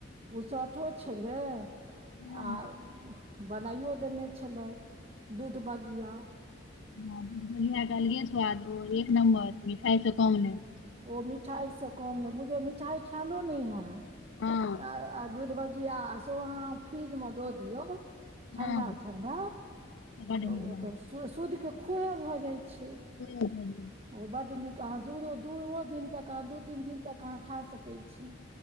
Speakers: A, on the right; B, on the left.
A: पुसठो छलै
B: हँ
A: आ बनाइयो देने छलथि दूध बगिया।
B: बढ़िआ कहलियै स्वाद एक नम्बर मिठाइ से कम नहि।
A: ओ मिठाई से कम ने बुझायौ मिठाई खेएलो नहि ह‌एत
B: हँ
A: आ आ दूध बगिया सोहो अहाँ फ्रिज मे दऽ दियौ ठंडा
B: हँ
A: ठंडा
B: बड
A: तऽ
B: नीक
A: ओ
B: लागल
A: तऽ शुध के खोये भऽ जाय छै
B: <unintelligible>
A: हो बड नीक अहाँ दू दूओ दिन तक अहाँ दू तीन दिन तक अहाँ खा सकैत छी